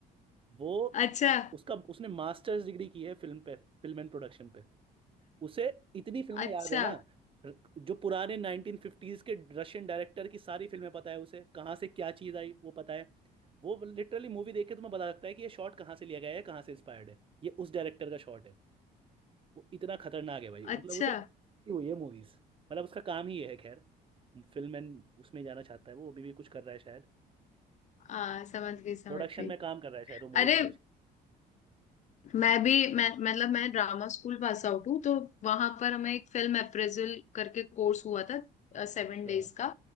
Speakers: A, on the right; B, on the left.
A: वो
B: अच्छा
A: उसका उसने मास्टर्स डिग्री की है फिल्म पे फिल्म एंड प्रोडक्शन उसे इतनी फिल्में
B: अच्छा
A: याद है ना र- जो पुराने 1950s के रशियन डायरेक्टर की सारी फिल्में पता है उसे कहाँ से क्या चीज आई वो पता है वो लिटरली मूवी देख के तुम्हें पता लगता है कि ये शॉट कहाँ से लिया गया है कहाँ से इंस्पायर्ड है ये उस डायरेक्टर का शॉट है वो इतना खतरनाक है भाई मतलब
B: अच्छा
A: उसे ये हुई है मूवीज मतलब उसका काम ही ये है खैर फिल्म एंड उसमें जाना चाहता है वो अभी भी कुछ कर रहा है शायद
B: हाँ समझ गई समझ
A: प्रोडक्शन
B: गई
A: में काम कर रहा है शायद वो मूवी
B: अरे
A: प्रोडक्शन
B: मैं भी मैं मतलब मैं ड्रामा स्कूल पास आउट हूँ तो वहां पर हमें एक फिल्म अप्रेजल करके कोर्स हुआ था सेवन
A: अच्छा
B: डेज का